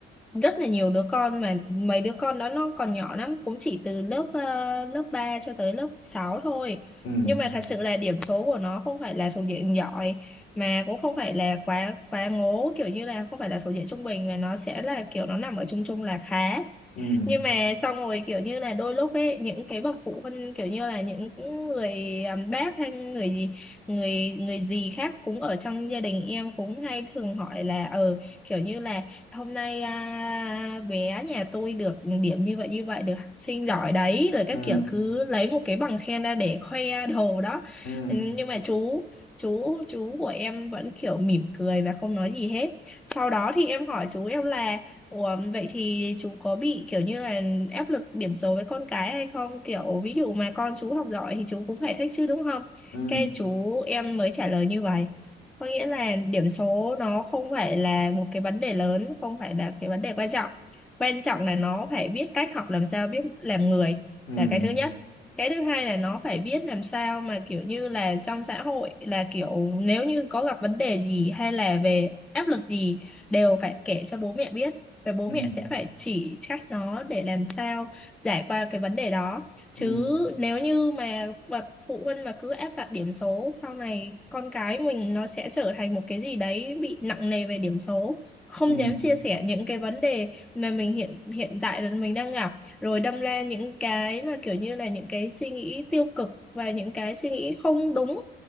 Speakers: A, in the centre; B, on the left.
A: rất là nhiều đứa con mà mấy đứa con đó nó còn nhỏ lắm cũng chỉ từ lớp ờ, lớp 3 cho tới lớp 6 thôi
B: ừ
A: nhưng mà thật sự là điểm số của nó không phải là thuộc diện giỏi mà cũng không phải là quá quá ngố kiểu như là không phải là thuộc diện trung bình mà nó sẽ là kiểu nó nằm ở chung chung là khá
B: ừ
A: nhưng mà xong rồi kiểu như là đôi lúc ấy những cái bậc phụ huynh kiểu như là những người um, bác hay người gì người người gì khác cũng ở trong gia đình em cũng hay thường hỏi là ờ kiểu như là hôm nay à, bé nhà tôi được điểm như vậy như vậy được học sinh giỏi đấy rồi các
B: ừ
A: kiểu cứ lấy một cái bằng khen ra để khoe đồ đó
B: ừ
A: Ừ, nhưng mà chú chú chú của em vẫn kiểu mỉm cười và không nói gì hết sau đó thì em hỏi chú em là Ủa, vậy thì chú có bị kiểu như là áp lực điểm số với con cái hay không? Kiểu ví dụ mà con chú học giỏi thì chú cũng phải thích chứ đúng không?
B: ừ
A: Cái chú em mới trả lời như vậy. Có nghĩa là điểm số nó không phải là một cái vấn đề lớn, không phải là cái vấn đề quan trọng. Quan trọng là nó phải biết cách học làm sao, biết làm người
B: ừ
A: là cái thứ nhất. Cái thứ hai là nó phải biết làm sao mà kiểu như là trong xã hội là kiểu nếu như có gặp vấn đề gì hay là về áp lực gì đều phải kể cho bố mẹ biết và bố
B: ừ
A: mẹ sẽ phải chỉ cách nó để làm sao giải qua cái vấn đề đó chứ
B: ừ
A: nếu như mà bậc phụ huynh mà cứ áp đặt điểm số sau này con cái mình nó sẽ trở thành một cái gì đấy bị nặng nề về điểm số không
B: ừ
A: dám chia sẻ những cái vấn đề mà mình hiện hiện tại là mình đang gặp rồi đâm ra những cái mà kiểu như là những cái suy nghĩ tiêu cực và những cái suy nghĩ không đúng